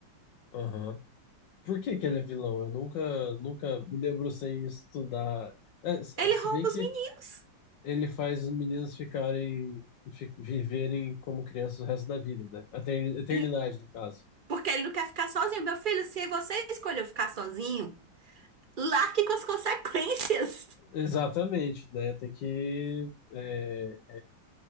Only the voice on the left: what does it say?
Aham. Por que que ele é vilão? Eu nunca, nunca me debrucei em estudar. É, se
se
bem que
ele faz os meninos ficarem fi- viverem como crianças o resto da vida, né? A ter- eternidade,
no caso.
Exatamente, né? Tem que é,